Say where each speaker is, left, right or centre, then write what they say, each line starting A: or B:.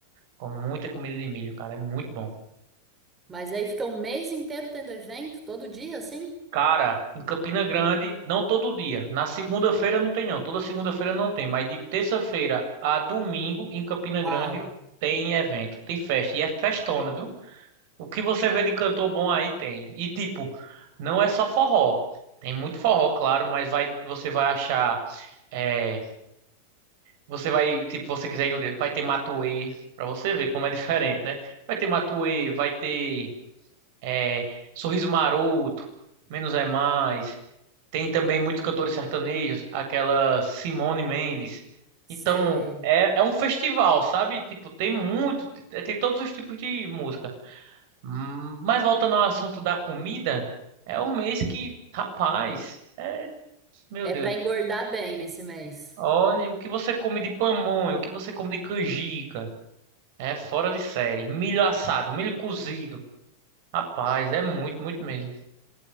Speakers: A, on the right; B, on the right.
A: come muita comida de milho, cara. É muito bom.
B: Mas aí fica um mês inteiro tendo evento, todo dia, assim?
A: Cara, em Campina Grande, não todo dia. Na segunda-feira não tem, não. Toda segunda-feira não tem. Mas de terça-feira a domingo, em Campina
B: Uau!
A: Grande, tem evento, tem festa. E é festona, viu? O que você vê de cantor bom aí tem. E tipo, não é só forró. Tem muito forró, claro, mas vai, você vai achar, é, você vai, tipo, você quiser ir no dedo, vai ter Matuê, pra você ver como é <laughs> diferente, né? Vai ter Matuê, vai ter, é, Sorriso Maroto, Menos é Mais. Tem também muitos cantores sertanejos, aquela Simone Mendes.
B: Sei.
A: Então, é, é um festival, sabe? Tipo, tem muito, é, tem todos os tipos de música. Hum, Mas voltando ao assunto da comida, é um mês que, rapaz, é, meu
B: É
A: Deus.
B: pra engordar bem nesse mês.
A: Olha o que você come de pamonha, o que você come de canjica. É fora de série. Milho assado, milho cozido. Rapaz, é muito, muito mesmo.